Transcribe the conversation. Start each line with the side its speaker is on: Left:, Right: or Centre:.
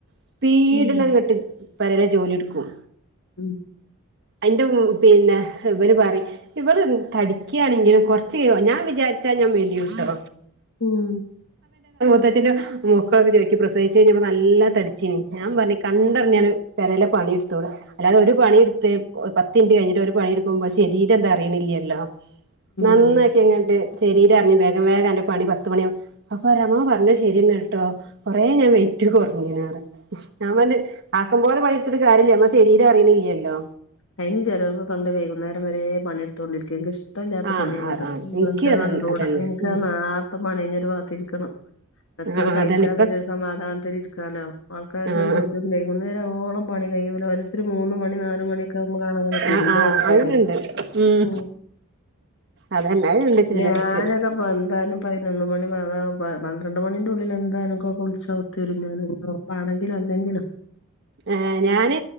Right: സ്പീഡിലങ്ങട്ട്
Left: ഉം
Right: പലരെ ജോലിട്ക്കും
Left: ഉം
Right: അതിന്റെ പിന്നെ ഇവല് പറയും ഇവള് തടിക്കുകയാണെങ്കിലും കൊറച്ച് കഴി ഞാൻ വിചാരി ച്ച ഞ മിലിയുട്ടോ
Left: ഉം
Right: ത്തിന്റെ മുക്കൊക്കെ ചോദി പ്രസവിച്ചു കഴിഞ്ഞപ്പോ നല്ല തടിച്ചിനി ഞാൻ പറഞ്ഞ് കണ്ടർഞാണ്ട് പെരെലെ പ പണിയെടുത്തോ അല്ലാതെ ഒരു പണിയെടുത്ത് പത്തി ൻറ്റ് കഴിഞ്ഞിട്ട് ഒരു പണിയെടുക്കുമ്പോ ശരീരം ത അറിയണില്ലല്ലോ നന്നാക്കി
Left: ഉം
Right: അങ്ങട്ട് ശരീരം വേഗം വേഗം അന്റെ പണി പത്ത് മണിയ അപ്പ രമ പറഞ്ഞത് ശരിയന്ന് കേട്ടോ കൊറേ ഞാൻ വയി <unintelligible> ഞാൻ ആക്കം പോലെ പണിയെടുത്തിട്ട് കാര്യല്ല നമ്മളെ ശരീരം അറിയണില്ലല്ലോ
Left: അതിനി ചിലരൊക്കെ ഇണ്ട് വൈകുന്നേരം വരെ പണിയെടുത്തുകണ്ടിരിക്ക എനിക്ക് ഇഷ് ഇഷ്ട ഇല്ലാത്ത
Right: ആഹ്
Left: പണിയാണത്
Right: ആഹ് ആഹ് എനിക്കും
Left: നിക്ക്
Right: അതന്നെ
Left: കണ്ടുകൂടാം
Right: അതന്നെ
Left: നിങ്ങക്ക്
Right: ഉം
Left: നേരത്തെ പണി കഴിഞ്ഞൊരു ഒരു വാത്തിരിക്കണം വെക്കണം
Right: ആഹ്
Left: കഴിച്ചാ
Right: അതന്നെ ഇപ്പൊ
Left: പിന്നെ സമാധാനത്തി ഇരിക്കാലോ ആൾക്കാർക്കണ്ട
Right: ആഹ്
Left: കഴ <inaudible> അരെരോളം പണി കയിയൂല ഓരോരുത്തർ മൂന്ന് മണി നാൽ മണി കാണനെ തിരുമ്പോ
Right: ആഹ് ആഹ്
Left: വെച്ചരുന്നു
Right: അങ്ങനെണ്ട് ഉം
Left: ഉ
Right: അതന്നെ അത്ണ്ട് ചെലോൽക്ക്
Left: ഞാനൊക്കെ എന്താലും പതിനൊന്ന് മണി ആ പന്ത്രണ്ട് മണിന്റെ ഉള്ളിൽ എന്തായിനക്കു കുളിച്ച് അകത്തു പ്പാണെങ്കിലും അല്ലെങ്കിലോ
Right: ഏ ഞാന്